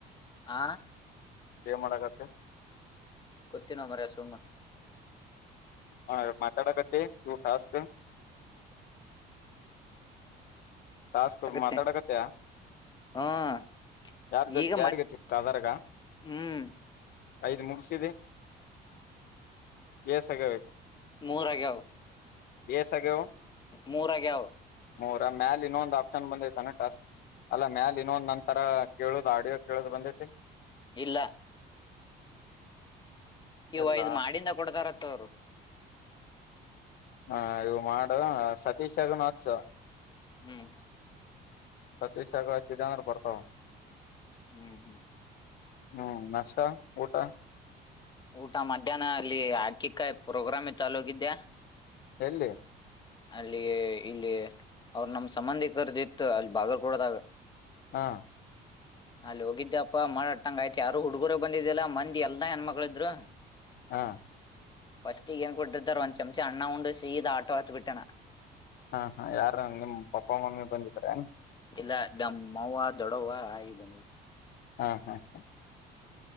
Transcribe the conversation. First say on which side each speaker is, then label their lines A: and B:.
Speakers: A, on the left (about 25°); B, on the left (about 65°).
A: ಹ
B: ಮಾಡಕತೆ
A: ಕುತ್ತಿನ ಮರ ಸುಮ್ಮ
B: ಹ ಮಾತಾಡತ್ತ ತು ಫಾಸ್ ಟಾಸ್ಕ್
A: ಆಗತ್ತೆ
B: ಮಾತಾಡಕತ್ತ
A: ಹ್ಮ್
B: ಯಾರ್ ಜೊತೆ
A: ಈಗ
B: ಯಾರಗ
A: ಮನ್
B: ಚಿಕ್ಕ ಅದರಗ
A: ಹ್ಮ್
B: ಐದು ಮುಗಸಿದಿ ಎಸ ಆಗವ್ವ ಈಗ
A: ಮೂರ ಆಗ್ಯಾವ
B: ಇಸ ಆಗ್ಯಾವ
A: ಮೂರ ಆಗ್ಯಾವ
B: ಮೂರ ಮ್ಯಾಲ ಇನ್ನೊಂದ ಆಪ್ಷನ್ ಬಂದೈತ ಏನ ಟಾಸ್ಕ್ ಅಲ್ಲ ಮ್ಯಾಲ ಇನ್ನೊಂದ ನಂತರ ಕೇಳುದು ಆಡಿಯೋ ಕೇಳುದು ಬಂದೈತಿ
A: ಇಲ್ಲ ಇವು
B: ಇಲ್ಲ
A: ಐದು ಮಾಡಿಂದ ಕೊಡ್ತಾರಂತ ಅವರು
B: ಹೂ ಇವು ಮಾಡ ಸತೀಶಗೂ ಹಚ್ಚ
A: ಹೂ
B: ಸತೀಶಗ ಹಚಿದಂದರ್ ಬರ್ತಾವ
A: ಹೂ
B: ಹೂ ಅಣ್ಣಾ ನಾಷ್ಟ ಊಟ
A: ಊಟ ಮಧ್ಯಾಹ್ನ ಅಲ್ಲಿ ಅಕ್ಕಿ ಕಾಳ ಪ್ರೋಗ್ರಾಮ್ ಇತ್ತ ಅಲ್ಲಿ ಹೋಗಿದ್ದ್ಯಾ
B: ಎಲ್ಲಿ
A: ಅಲ್ಲಿ ಇಲ್ಲಿ ಅವ್ರ ನಮ್ಮ ಸಂಬಂಧಿಕರದ ಇತ್ತ ಅಲ್ಲಿ ಬಾಗಲಕೋಟೆದಾಗ
B: ಹಾ
A: ಅಲ್ಲಿ ಹೋಗಿದ್ದೆಪ್ಪಾ ಮಾಡಾಟ್ಟಂಗ ಆಯ್ತ ಯಾರು ಹುಡ್ಗುರ ಬಂದಿದ್ದಲ್ಲ ಮಂದಿ ಎಲ್ಲಾ ಹೆಣ್ಮಕ್ಳ ಇದ್ರು
B: ಹಾ
A: ಫಸ್ಟ್ ಏನ್ ಕೊಟ್ಟಿದ್ರು ಒಂದು ಚಮ್ಚೆ ಅಣ್ಣ ಉಂಡು ಸೀದಾ ಆಟೋ ಆತ್ತು ಬಿಟ್ಟಣ ನಾನ
B: ಹಾ ಹಾ ಯಾರು ನಿಮ್ಮ್ ಪಪ್ಪಾ ಮಮ್ಮಿ ಬಂದಿದ್ರ ಯಾನ್
A: ಇಲ್ಲ ನಮ್ಮ ಅವ್ವ ದೊಡ್ಡವ ಆಗಿ ಬಂದ ಹ್ಮ
B: ಹೂ ಹು ಹು